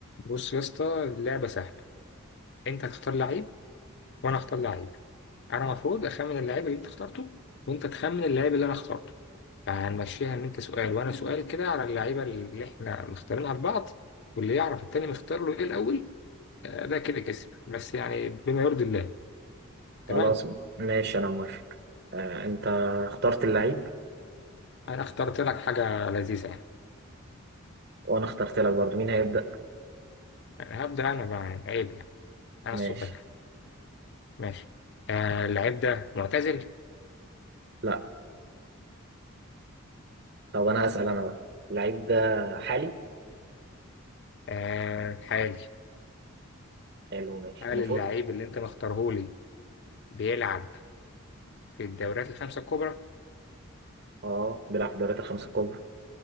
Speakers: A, on the left (about 50°); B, on the right (about 50°).
A: بص يا اسطى اللعبة سهلة انت هتختار لعيب وانا هختار لعيب انا المفروض اخمن اللعيب اللي انت اخترته وانت تخمن اللعيب اللي انا اخترته فهنمشيها ان انت سؤال وانا سؤال كده على اللعيبة اللي احنا مختارينها لبعض واللي يعرف التاني مختار له ايه الاول آه، ده كده كسب بس يعني بما يرضي الله تمام
B: خلاص ماشي انا موافق آه انت اخترت اللعيب
A: انا اخترت لك حاجة لذيذة يعني
B: وانا اخترت لك برضه مين هيبدأ
A: يعني هبدأ انا بقى يعني عيب يعني انا
B: ماشي
A: الصغير ماشي آه اللعيب ده معتزل
B: لا طب انا هسأل انا بقى اللعيب ده حالي
A: آه حالي
B: حلو ماشي
A: هل
B: المفروض
A: اللعيب اللي انت مختارهولي بيلعب في الدوريات الخمسة الكبرى
B: اه بيلعب في الدوريات الخمسة الكبرى